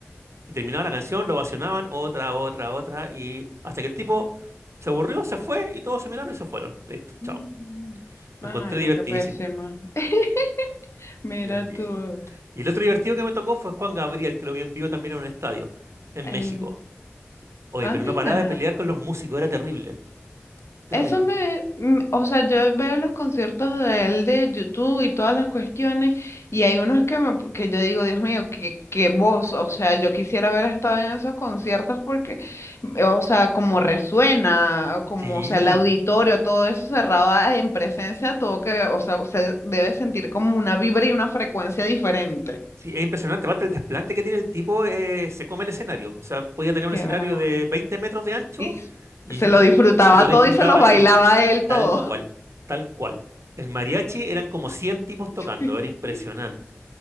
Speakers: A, on the right (about 85°); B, on the left (about 80°).
A: y terminaba la canción, lo ovacionaban, otra, otra, otra, y hasta que el tipo se aburrió, se fue, y todos se miraron y se fueron. Listo,
B: Mm.
A: chao. Lo
B: Ay,
A: encontré
B: no,
A: divertidísimo,
B: qué pésima. <laughs> Mira
A: divertidísimo.
B: tú.
A: Y el otro divertido que me tocó fue Juan Gabriel, que lo vi en vivo también en un estadio, en
B: El...
A: México. Oye,
B: Ah,
A: pero
B: mira.
A: no paraba de pelear con los músicos, era terrible, terrible.
B: Eso me, mm, o sea, yo veo los conciertos de él de YouTube y todas las cuestiones, y hay unos que me, que yo digo, Dios mío, qué, qué voz, o sea, yo quisiera haber estado en esos conciertos porque, mm, o sea, como resuena, o como,
A: Sí.
B: o sea, el auditorio, todo eso cerrado a- en presencia, todo que, o sea, se debe sentir como una vibra y una frecuencia diferente.
A: Sí, es impresionante. Aparte, el desplante que tiene el tipo eh, se come el escenario. O sea, podía tener
B: Qué
A: un escenario
B: brava.
A: de 20 metros de ancho
B: Y s-
A: y,
B: se
A: y
B: lo disfrutaba
A: se lo disfrutaba
B: todo y se lo bailaba
A: y
B: a él
A: tal
B: todo.
A: cual, tal cual. El mariachi eran como 100 tipos tocando,
B: <laughs>
A: era impresionante.